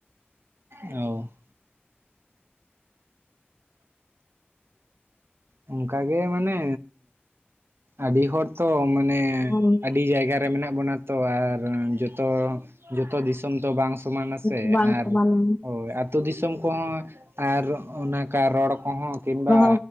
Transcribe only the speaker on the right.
ᱚ
ᱚᱝᱠᱟ ᱜᱮ ᱢᱟᱱᱮ ᱟᱰᱤ ᱦᱚᱲ ᱛᱚ ᱢᱟᱱᱮ ᱮᱸ
ᱟᱹᱰᱤ ᱡᱟᱭᱜᱟ ᱨᱮ ᱢᱮᱱᱟᱜ ᱵᱚᱱᱟ ᱛᱚ ᱟᱨ ᱡᱚᱛᱚ, ᱡᱚᱛᱚ ᱫᱤᱥᱚᱢ ᱫᱚ ᱵᱟᱝ ᱥᱚᱢᱟᱱᱟ
ᱥᱮ
ᱟᱨ
ᱦᱚᱭ ᱟᱛ... ᱛᱩ ᱫᱤᱥᱚᱢ ᱠᱚᱦᱚᱸ ᱟᱨ ᱚᱱᱟᱠᱟ ᱨᱚᱲ ᱠᱚᱦᱚᱸ ᱠᱤᱢᱵᱟ